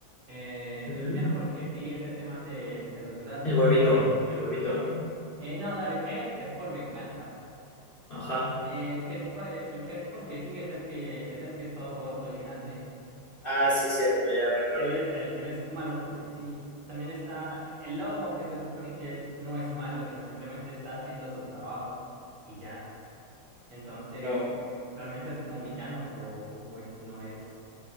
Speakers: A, on the right; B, on the left.
A: eh,
B: ujú.
A: el villano porque sí es este man de, el de los duraznos.
B: El huevito, el huevito, ¿no?
A: Eh, no, dale, él es por venganza.
B: Ajá.
A: Eh, el que es, por- el que es porque sí es el que es el que es todo gordo y grande.
B: Ah, sí, cierto, ya recordé.
A: Él es, él, él es malo porque sí. También está el lobo, que se supone que él no es malo, sino simplemente está haciendo su trabajo y ya. Entonces,
B: No,
A: realmente es como villano, pero pues no es,